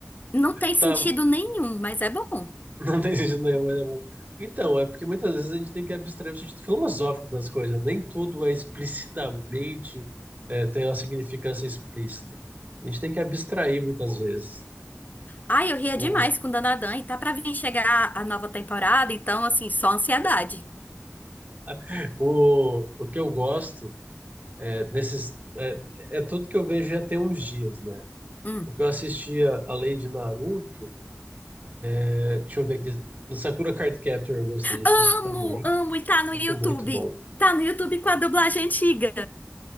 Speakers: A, on the left; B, on the right.
A: Não tem sentido
B: Tá,
A: nenhum, mas é bom.
B: <laughs> Não tem sentido nenhum, mas é bom. Então, é porque muitas vezes a gente tem que abstrair o sentido filosófico das coisas. Nem tudo é explicitamente, é, tem uma significância explícita. A gente tem que abstrair muitas vezes.
A: Ai, eu ria
B: O,
A: demais com Danadan, e tá pra vir chegar a nova temporada, então assim, só ansiedade.
B: <laughs> o, o que eu gosto é desses. É, é tudo que eu vejo já tem uns dias, né?
A: Hum.
B: O que eu assistia, além de Naruto, é, deixa eu ver aqui. No Sakura Card Captor eu gostei de assistir
A: Amo,
B: também.
A: amo, e tá no
B: Acho
A: YouTube.
B: muito bom.
A: Tá no YouTube com a dublagem antiga.